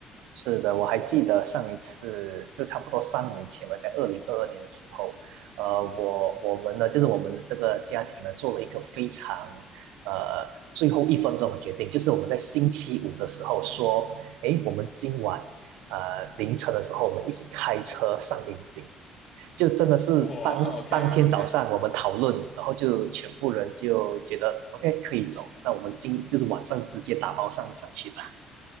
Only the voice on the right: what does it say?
是的，我还记得上一次就差不多三年前吧，在二零二二年的时候，呃，我我们呢，
就是我们这个家庭呢，做了一个非常呃最后一分钟的决定，就是我们在星期五的时候说，诶，我们今晚呃凌晨的时候，我们一起开车上云顶，就真的是当当天早上我们讨论，
然后就全部人就觉得 OK 可以走，那我们今就是晚上直接打包上上去了。